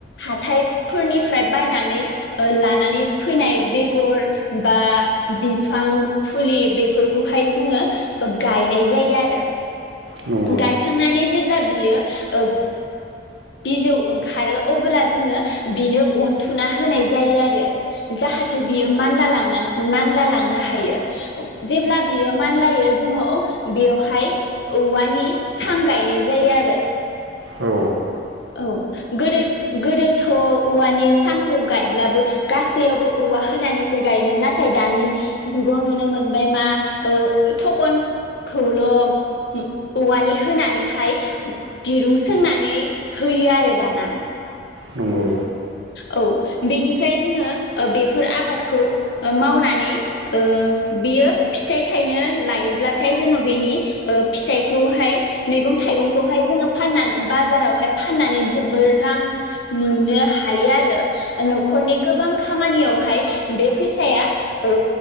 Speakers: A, on the left; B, on the right.
A: हाथायफोरनि फ्राय बायनानै ओ लानानै फैनाय बेगर बा बिफां फुलि बेफोरखौहाय जोङो गायनाय जायो आरो।
B: नंगौ
A: गायखांनानै जेब्ला बियो औ बिजौ ओंखारो अब्ला जोङो बिनो गन थुना होनाय जायो आरो जाहाथे बियो मानला लां- मानला लांनो हायो जेब्ला बियो मानलायो जोङो बेवहाय औवानि सां गायनाय जायो आरो।
B: औ।
A: औ गोदो-गोदोथ' औवानि सांखौ गायब्लाबो गासैयावबो औवा होनानैसो गायोमोन नाथाय दानि जुगाव नुनो मोनबाय मा अ थखनखौल' औ-औवानि होनानैहाय दिरुं सोंनानै होयो आरो दाना।
B: नंगौ।
A: औ बेनिफ्राय जोङो अ बेफोर आबादखौ मावनानै ओ बेयो फिथाइ थाइनो लायोब्लाथाय जोङो बेनि अ फिथाइखौहाय मैगं थाइगंखौहाय जोङो फानना बाजारावहाय फाननानै जोबोर रां मोनो। हायो आरो न'खरनि गोबां खामानियावहाय बे फैसाया ओ